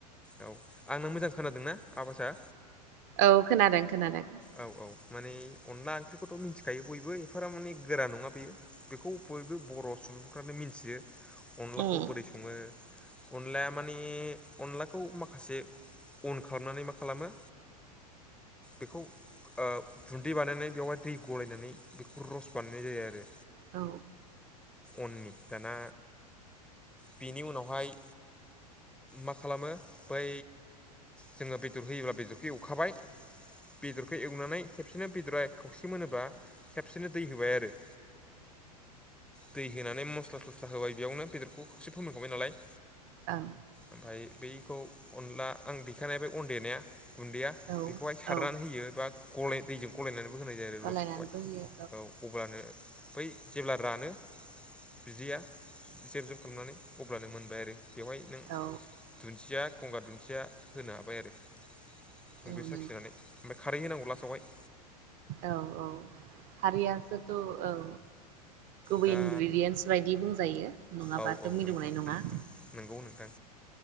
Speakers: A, in the centre; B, on the right (about 40°).
A: औ आंना मोजां खोनादोंनाा आबासआ
B: औ खोनादों खोनादों।
A: औ औ माने अनला ओंख्रिखौथ' मिथिखायो बयबो एफाराब माने गोरा नङा बेयो बेखौ बयबो बर' सुबुंफ्रानो मिथियो अनलाखौ
B: उम
A: बोरै स सङो अनलाया माने अनलाखौ माखासे अन खालामनानै मा खालामो बेखौ ओ गुन्दै बानायनानै बेवहाय दै गलायनानै बेखौ रस बानायनाय जायो आरो।
B: औ
A: अननि दाना बेनि उनावहाय मा खालामो बै जोङो बेदर होयोब्ला बेदरखौ एवखाबाय बेदरखौ एवनानै खेबसेनो बेदरा खावसे मोनोबा खेबसेनो दै होबाय आरो दै होनानै मस्ला थस्ला होबाय बेयावनो बेदरखौ खावसे फोरमायखांबाय नालाय
B: ओं
A: ओमफ्राय बैखौ अनला आं दैखानाया बे अन देनाया गुन्दैया
B: औ
A: बेखौहाय सार
B: औ
A: गनानै होयो बा गल दैजों गलायनानैबो होनाय जायो आरो
B: गलायनानैबो
A: लसखौहाय
B: होयो
A: औ अब्लानो बै जेब्ला रानो बिदैया जेब जुब खालामनानै अब्लानो मोनबाय आरो बेवहाय नों
B: औ
A: दुन्दिया गंगार दुन्दिया होनो हाबाय आरो संख्रि
B: औ
A: साखिनानै
B: नंगौ
A: ओमफ्राय खारै होनांगौ ला सावाय
B: औ औ हारियानासोथ' औ गुबै
A: दा
B: इनग्रेडियेन्स बायदि बुंजायो नङाबाथ'
A: औ औ
B: मिलौनाय
A: नोंथां
B: नङा।
A: नोंथां नंगौ नोंथां